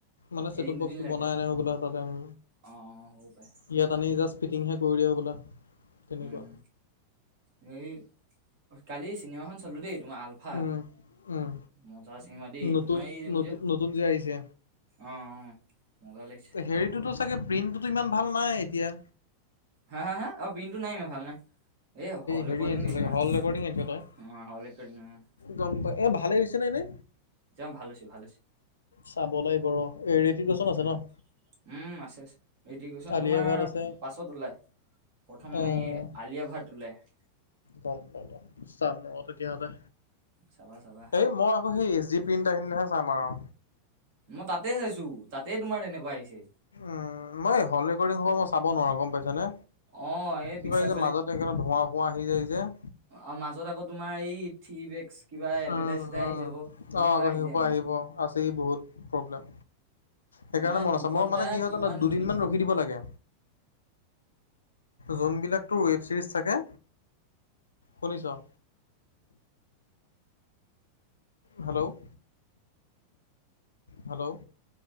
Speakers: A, on the left (about 75°); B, on the right (about 45°).
A: মানে
B: এদিন
A: চেটপ
B: দুদিন
A: বক্সটো
B: লাগে
A: বনাই
B: আৰু
A: আনে হ'বলা তাতে উম।
B: অ', হ'ব পাৰে
A: ইয়াত আনি জাষ্ট ফিটিং টোহে কৰি দিব হ'বলা। তেনেকুৱা
B: উম সেই কালি চিনেমাখন চালো দেই তোমাৰ আল ফা,
A: উম, উম,
B: মজা চিনেমা দেই,
A: নতুন
B: তোমাৰ এইজনী
A: নতুন
B: যে
A: নতুন যে আহিছে
B: অঁ অঁ মজা লা
A: হেৰিটোতো চাগে প্ৰিণ্টটোতো ইমান ভাল নাই এতিয়া?
B: হা হা অ' প্ৰিনটো নাই ইমান ভাল নাই। এই হল
A: হেৰি
B: ৰেকৰ্ডিং
A: আনিছ
B: নিচিনা।
A: চাগে
B: অঁ
A: হল ৰেকৰ্ডিং আনিছ তই
B: হল ৰেকৰ্ডিং অঁ।
A: গম পা এ ভালে হৈছে নে এনে?
B: একদম ভাল হৈছে ভাল হৈছে।
A: চাব লাগিব ৰ' এ হৃতিক ৰোশন
B: চাবা
A: আছে ন?
B: উম আছে আছে এডুকেশ্যন
A: আলিয়া
B: তোমাৰ
A: ভাট আছে
B: পাছত ওলাই। প্ৰথম
A: অ',
B: এই আলিয়া ভাত উলায়।
A: গম গম চাম আৰু তেতিয়াহ'লে
B: চাবা চাবা
A: এই মই আকৌ সেই এ জি প্ৰিণ্ট আহিলেহে চাম আৰু।
B: মই তাতে চাইছো, তাতে তোমাৰ তেনেকুৱা আহিছে।
A: উম মই হল ৰেকৰ্ডিং সব মই চাব নোৱাৰো গম পাইছা নে।
B: অ এই পিকচাৰ
A: কিবা যে মাজত এনেকুৱা ধোঁৱা সোৱা আহি যায় যে।
B: আ মাজত আকৌ তোমাৰ এই থ্ৰি বেক্স কিবা এডভাৰটাইজ
A: উম,
B: এটাই
A: উম।
B: আহি যাব তেনেকুৱাই
A: আকৌ
B: আহি
A: সেইসোপা
B: যায় মানে।
A: আহিব অ আছেই বহুত প্ৰব্লেম সেইকাৰণে
B: মানে
A: মন
B: দুঘন্টা
A: আছে মই মানে কি হয়
B: কিমান
A: দুদিনমান
B: মিনিট
A: ৰকি দিব লাগে। জোন বিলাকটো ৱেব ছিৰিজ থাকে, শুনিছ। হেল্ল' হেল্ল'